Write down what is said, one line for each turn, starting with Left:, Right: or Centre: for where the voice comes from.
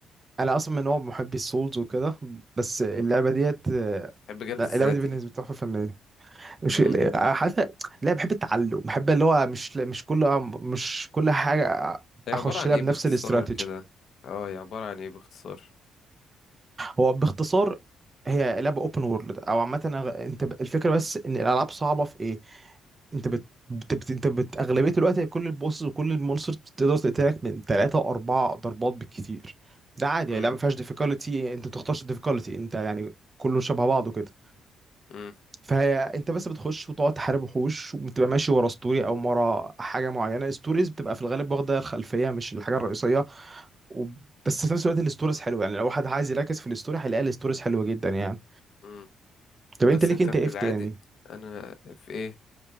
Right: انا اصلا من نوع محبي السولز وكده بس اللعبة
Left: ايوه
Right: ديت آه،
Left: الجلد
Right: لا،
Left: الذاتي
Right: اللعبة دي بالنسبة لي تحفة فنية مش
Left: مم.
Right: حتى لا بحب التعلم بحب اللي هو مش مش كل آه، مش كل حاجه
Left: هي
Right: اخش
Left: عبارة عن
Right: لها
Left: ايه
Right: بنفس
Left: باختصار
Right: الاستراتيجي
Left: كده اه هي عبارة عن ايه باختصار
Right: هو باختصار هي لعبه اوبن وورلد او عامه أغ- انت ب- الفكره بس ان الالعاب صعبه في ايه انت بت... بت... بت... انت بت... اغلبيه الوقت كل البوسز وكل المونسترز بتقدر تقتلك من ثلاثه واربعه ضربات بالكتير ده عادي
Left: مم.
Right: يعني لعبه ما فيهاش ديفيكولتي انت ما بتختارش الديفيكولتي انت يعني كله شبه بعضه كده
Left: مم.
Right: فانت بس بتخش وتقعد تحارب وحوش وبتبقى ماشي ورا ستوري او ورا حاجه معينه الستوريز بتبقى في الغالب واخده الخلفيه مش الحاجه الرئيسيه و... بس في نفس الوقت الستوريز حلوه يعني لو واحد عايز يركز في الستوري هيلاقي الستوريز حلوه جدا يعني
Left: مم.
Right: طب
Left: بس
Right: انت ليك
Left: انت
Right: انت
Left: في
Right: ايه في
Left: العادي
Right: تاني
Left: انا في ايه